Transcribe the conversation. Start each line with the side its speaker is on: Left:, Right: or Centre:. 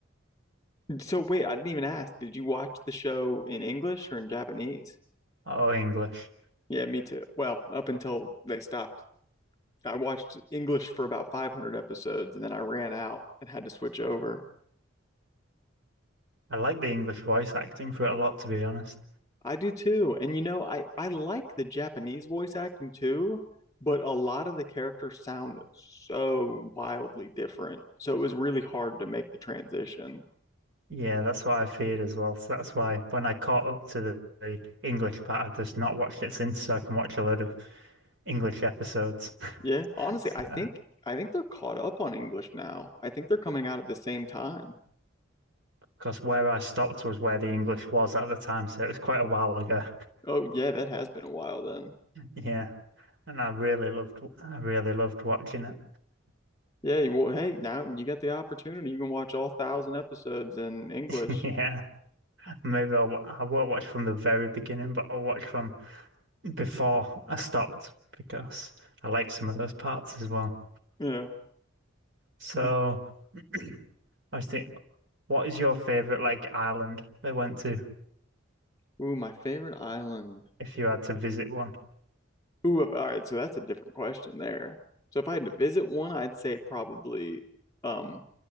Left: so wait, I didn't even ask. Did you watch the show in English or in Japanese?
Right: Oh, English.
Left: Yeah, me too. Well, up until they stopped. I watched English for about 500 episodes and then I ran out and had to switch over.
Right: I like the English voice acting for it a lot, to be honest.
Left: I do too. And you know, I I like the Japanese voice acting too, but a lot of the characters sound so wildly different. So it was really hard to make the transition.
Right: Yeah, that's what I feared as well. So that's why when I caught up to the, the English part, I've just not watched it since, so I can watch a load of English episodes.
Left: Yeah,
Right: <laughs>
Left: honestly,
Right: So,
Left: I think I think they're caught up on English now. I think they're coming out at the same time.
Right: because where I stopped was where the English was at the time, so it was quite a while ago. <laughs>
Left: Oh yeah, that has been a while then.
Right: Yeah, and I really loved, I really loved watching it.
Left: Yeah, well, hey, now you got the opportunity. You can watch all thousand episodes in English.
Right: <laughs> Yeah, maybe I'll, I won't watch from the very beginning, but I'll watch from before I stopped because I like some of those parts as well.
Left: Yeah.
Right: So.
Left: Hmm.
Right: <clears throat> I was What is your favorite like island they went to
Left: Ooh, my favorite island.
Right: if you had to visit one?
Left: Ooh, all right, so that's a different question there. So if I had to visit one, I'd say probably um